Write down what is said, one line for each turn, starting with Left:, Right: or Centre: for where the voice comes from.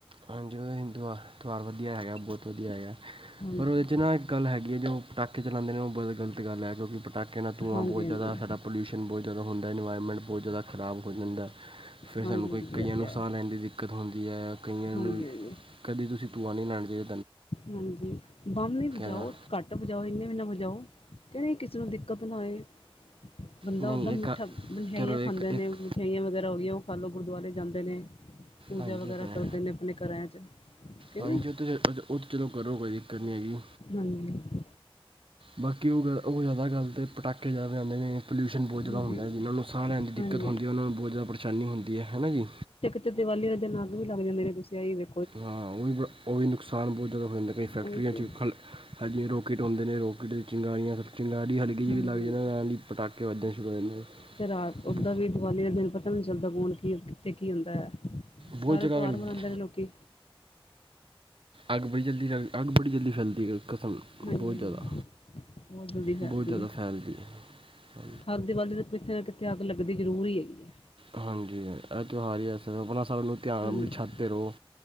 Right: ਹਾਂਜਿ, ਅ ਹਿਦੂਆਂ ਤਿਉਹਾਰ ਵਧੀਆ ਹੈਗਾ, ਬਹੁਤ ਵਧੀਆ ਹੈਗਾ।
Left: ਹਾਂਜੀ
Right: ਪਰ ਉਦੇ ਚ ਨਾ, ਇੱਕ ਗੱਲ ਹੈਗੀ ਏ ਜੋ ਪਟਾਕੇ ਚਲਾਂਦੇ ਨੇ, ਉਹ ਬਹੁਤ ਗਲਤ ਗੱਲ ਏ ਕਿਉਂਕਿ ਪਟਾ ਪਟਾਕਿਆਂ ਨਾਲ ਧੂੰਆਂ
Left: ਹਾਂਜੀ
Right: ਬਹੁਤ
Left: ਹਾਂਜੀ
Right: ਜ਼ਿਆਦਾ, ਸਾਡਾ ਪੋਲਿਊਸ਼ਨ ਬਹੁਤ ਜ਼ਿਆਦਾ ਹੁੰਦਾ ਏ, ਇਨਵਾਇਰਮੈਂਟ ਬਹੁਤ ਜ਼ਿਆਦਾ ਖ਼ਰਾਬ ਹੋ ਜਾਂਦਾ। ਫਿਰ
Left: ਹਾਂਜੀ
Right: ਸਾਨੂੰ ਕੋਈ-
Left: ਹਾਂਜੀ
Right: ਕਈਆਂ
Left: ਇਹ
Right: ਨੂੰ
Left: ਤਾਂ ਹੈ
Right: ਸਾਹ ਲੈਣ ਦੀ ਦਿੱਕਤ ਹੁੰਦੀ ਏ ਕਈਆਂ
Left: ਹਾਂਜੀ
Right: ਨੂੰ
Left: ਹਾਂਜੀ
Right: ਕਦੀ ਤੁਸੀਂ ਧੂੰਆ ਨਹੀਂ ਲੇੰਂਦੇ।
Left: ਹਾਂਜੀ, ਬਮ ਨੀ ਵਜਾਓ
Right: ਦਾ
Left: ਘੱਟ ਵਜਾਓ, ਇੰਨੇ ਵੀ ਨਾ ਵਜਾਓ, 'ਤੇ ਵਈ ਕਿਸੇ ਨੂੰ ਦਿੱਕਤ ਨਾ ਆਏ। ਬੰਦਾ
Right: ਨਹੀਂ
Left: ਓਦਾਂ ਮਿੱਠਾ,
Right: ਇੱਕ
Left: ਮਿਠਿਆਈਆਂ
Right: ਚਲੋ ਇੱਕ
Left: ਖਾਂਦੇ
Right: ਇੱਕ
Left: ਨੇ। ਮਠਿਆਈਆਂ ਵਗੈਰਾ ਹੋ ਗਈਆਂ, ਉਹ ਖਾਲੋ, ਗੁਰਦੁਆਰੇ ਜਾਂਦੇ ਨੇ, ਪੂਜਾ
Right: ਹਾਂਜੀ
Left: ਵਗੈਰਾ
Right: ਆਪਣਾ
Left: ਕਰਦੇ ਨੇ ਆਪਣੇ ਘਰਾਂ 'ਚ। ਕਿ
Right: ਹਾਂਜੀ,
Left: ਨਹੀਂ
Right: ਉਹ ਤਾਂ ਉਹ ਤਾਂ ਚਲੋ ਕਰੋ, ਕੋਈ ਦਿੱਕਤ ਨਹੀਂ ਹੈਗੀ।
Left: ਹਾਂਜੀ।
Right: ਬਾਕੀ ਉਹ ਗ ਓ ਜ਼ਦਾ ਗੱਲਦੇ ਅਤੇ ਪਟਾਕੇੇ ਜ਼ਿਆਦਾ ਆਂਦੇ ਨੇ। ਪੋਲਿਊਸ਼ਨ ਬਹੁਤ ਜ਼ਿਆਦਾ
Left: ਹਾਂਜੀ
Right: ਹੁੰਦਾ,
Left: ਹਾਂਜੀ
Right: ਜਿਨਾਂ ਨੂੰ ਸਾਹ ਲੈਣ
Left: ਹਾਂਜੀ
Right: ਦੀ ਦਿੱਕਤ ਹੁੰਦੀ
Left: ਹਾਂਜੀ
Right: ਹੈ, ਉਹਨਾਂ ਨੂੰ ਬਹੁਤ ਜ਼ਿਆਦਾ ਪਰੇਸ਼ਾਨੀ ਹੁੰਦੀ ਹੈ, ਹਨਾ ਜੀ?
Left: ਤੇ ਦੀਵਾਲੀ ਦੇ ਦਿਨ ਅੱਗ ਵੀ ਲੱਗ ਜਾਂਦੀ, ਨੇਸੀਂਹੀ ਵੇ
Right: ਹਾਂ, ਉਹ ਵੀ ਬ ਉਹ ਵੀ ਨੁਕਸਾਨ ਬਹੁਤ ਜ਼ਿਆਦਾ ਹੋ ਜਾਂਦਾ, ਕਈ ਫੈਕਟਰੀਆਂ
Left: ਉਹੀ ਤੇ
Right: 'ਚ ਖ ਹਾਂਜੀ, ਰੋਕਿਟ ਹੁੰਦੇ ਨੇ, ਰੋਕਿਟ ਦੀ ਚੰਗਾਰੀਆਂ, ਚੰਗਾਰੀਆ ਲੱਗਦੇ
Left: ਹਾਂਜੀ ਹਾਂਜੀ
Right: ਨਾਲ ਹੀ ਪਟਾਕੇ ਵਜਨੇ ਸ਼ੁਰੂ ਹੋ ਜਾਂਦੇ।
Left: ਤੇ ਰਾਤ ਉੱਦਾਂ ਵੀ ਦੀਵਾਲੀ ਦੇ ਦਿਨ ਪਤਾ ਵੀ ਨਹੀਂ ਚੱਲਦਾ ਬੋਣ ਕੀ ਕਿੱਥੇ ਕੀ ਹੁੰਦਾ ਹੈ,
Right: ਬਹੁਤ
Left: ਸਾਰੇ
Right: ਜਗ੍ਹਾ
Left: ਤਿਉਹਾਰ
Right: ਲੱਗੀ
Left: ਮਨਾਉਂਦੇ ਨੇ ਲੋਕੀ।
Right: ਅੱਗ ਬੜੀ ਜਲਦੀ ਲਗ, ਅੱਗ ਬੜੀ ਜਲਦੀ ਫੈਲਦੀ, ਕਸਮ
Left: ਹਾਂਜੀ
Right: ਬਹੁਤ
Left: ਹਾਂਜੀ
Right: ਜ਼ਿਆਦਾ,
Left: ਬਹੁਤ ਜਲਦੀ ਫੈਲਦੀ
Right: ਬਹੁਤ ਜ਼ਿਆਦਾ
Left: ਹੈ
Right: ਫੈਲਦੀ ਹੈ।
Left: ਹਰ ਦੀਵਾਲੀ ਤੇ ਕਿੱਥੇ ਨਾ ਕਿੱਥੇ ਅੱਗ ਲੱਗਦੀ ਜ਼ਰੂਰ ਈ ਹੈਗੀ! ਹੈ
Right: ਹਾਂਜੀ, ਇਹ ਤਿਉਹਾਰ ਹੀ ਐਸਾ ਹੈ ਆਪਣਾ ਸਾਰਿਆ ਨੂੰ ਆਮ
Left: ਹਾਂਜੀ
Right: ਛਤ ਪ ਰੋ